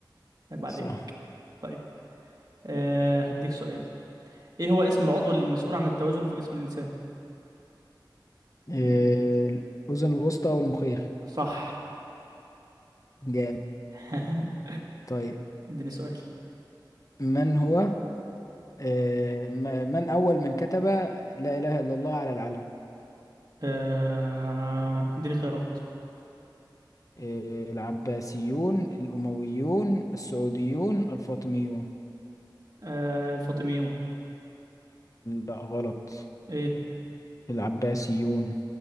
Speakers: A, on the right (about 55°); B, on the left (about 45°).
A: عيب عليك
B: صح
A: طيب أه هديك سؤال ايه هو اسم العضو المسؤول عن التوازن في جسم الانسان
B: إيه
A: الم...
B: الاذن الوسطى والمخيخ
A: صح
B: جامد
A: <laughs>
B: طيب
A: اديني سؤال
B: من هو إيه م- من اول من كتب لا اله الا الله على العلم
A: آه، اديني خيارات
B: إيه العباسيون الامويون السعوديون الفاطميون
A: آه، الفاطميون
B: لا غلط
A: ايه
B: العباسيون